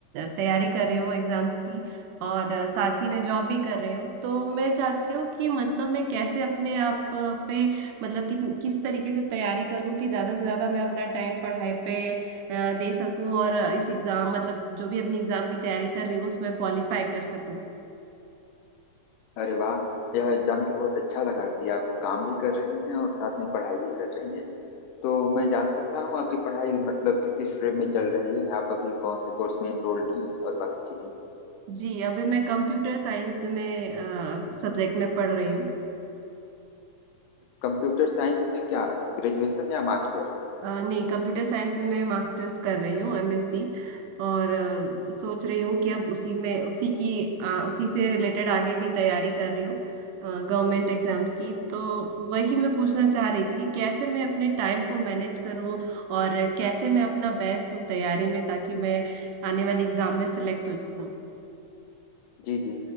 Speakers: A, on the right; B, on the left.
A: तैयारी कर रही हूँ एग्जाम्स की और अ, साथ ही मैं जॉब भी कर रही हूँ तो मैं चाहती हूँ कि मतलब मैं कैसे अपने आप अ, पे मतलब कि, किस तरीके से तैयारी करूँ कि ज्यादा से ज्यादा मैं अपना टाइम पढ़ाई पे अ, दे सकूं और इस एग्जाम मतलब जो भी अपनी एग्जाम की तैयारी कर रही हूँ उसमें क्वालिफाई कर सकूं
B: अरे वाह यह जान के बहुत अच्छा लगा कि आप काम भी कर रही हैं और साथ में पढ़ाई भी कर रही हैं तो मैं जान सकता हूँ आपकी पढ़ाई मतलब किस स्ट्रीम में चल रही है आप अभी कौन से कोर्स में एनरोल्ड हैं और बाकी चीजें
A: जी अभी मैं कंप्यूटर साइंस में सब्जेक्ट में पढ़ रही हूँ
B: कंप्यूटर साइंस में क्या ग्रेजुएशन या मास्टर
A: अ, नहीं कंप्यूटर साइंस में मैं मास्टर्स कर रही हूँ एमएससी और अ, सोच रही हूँ कि अब उसी में उसी की अ, उसी से रिलेटेड आगे भी तैयारी कर रही हूँ गवर्नमेंट एग्जाम्स की तो वही मैं पूछना चाह रही थी कि कैसे मैं अपने टाइम को मैनेज करूँ और कैसे मैं अपना बेस्ट दूँ तैयारी में ताकि मैं आने वाले एग्जाम में सेलेक्ट हो सकूँ
B: जी जी